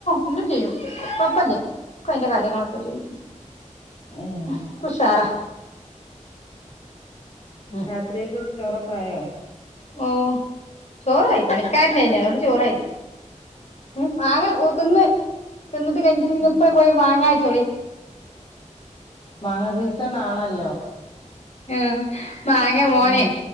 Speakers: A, on the left; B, on the left.
A: ഇന്നും ചെയ്യും കൊഴപ്പല്ല ഒക്കെ അതിന്റെ കാര്യങ്ങളൊക്കെ ചെയ്യും
B: ഏഹ്
A: പ്പൊ ഉഷാറ ഉം
B: <unintelligible> ചോറൊക്കെ ആയോ
A: ഓ ചോറായി പണിക്കാരണ്ടായിന് അതോണ്ട് ചോറായി ഉം മാങ്ങ ഓ തിന്ന് തിന്നിട്ട് കഴിട്ട്
B: ഏഹ്
A: ഇങ്ങപ്പ പോയി മാങ്ങ കൈച്ചോളി
B: മാങ്ങ സീസൺ ആണല്ലോ
A: ആഹ് മാങ്ങ മോനെ
B: ഉം